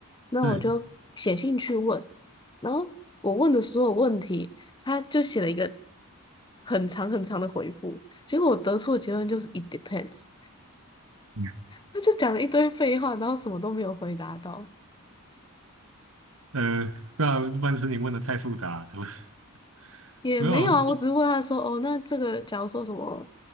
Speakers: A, on the left; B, on the right.
A: 那我就写信去问，
B: 对，
A: 然后我问的所有问题，他就写了一个很长很长的回复，结果我得出的结论就是 it depends，
B: 嗯
A: 他就讲了一堆废话，然后什么都没有回答到。
B: 呃对啊，一般是你问的太复杂，<laughs>
A: 也没有啊，
B: 没有，
A: 我只是问他说，哦，那这个假如说什么，